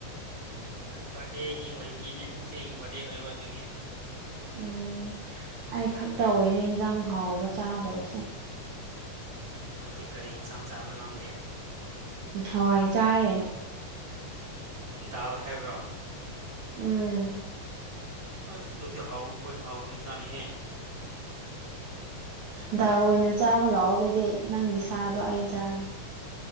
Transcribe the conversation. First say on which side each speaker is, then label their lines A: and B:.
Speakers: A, on the right; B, on the right.
A: ꯕ꯭ꯔꯠꯗꯦꯒꯤ ꯑꯣꯏꯕꯒꯤꯅꯦ ꯏꯆꯦꯒꯤ ꯕ꯭ꯔꯠꯗꯦ ꯑꯣꯏꯕ ꯑꯗꯨꯒꯤ
B: ꯎꯝ ꯑꯩ ꯈꯛꯇ ꯑꯣꯏꯔꯦ ꯏꯟꯖꯥꯡ ꯍꯥꯎꯕ ꯆꯥꯗꯕꯁꯦ
A: ꯑꯗꯨꯗꯤ ꯀꯔꯤ ꯏꯟꯁꯥꯡ ꯆꯥꯕꯔꯣ ꯅꯪꯗꯤ
B: ꯍꯋꯥꯏ ꯆꯥꯏꯌ‌ꯦ꯫
A: ꯗꯥꯜ ꯍꯥꯏꯕ꯭ꯔꯣ꯫
B: ꯎꯝ
A: ꯑꯗꯨꯗꯤ ꯍꯥꯎ ꯄꯣꯏ ꯍꯥꯎ ꯏꯟꯁꯥꯡ ꯅꯤꯍ‌ꯦ꯫
B: ꯗꯥꯜ ꯑꯣꯏꯅ ꯆꯥꯕ ꯂꯥꯛꯑꯣ ꯑꯗꯨꯗꯤ ꯅꯪꯒꯤ ꯁꯥꯗꯣ ꯑꯩ ꯆꯥꯒ꯫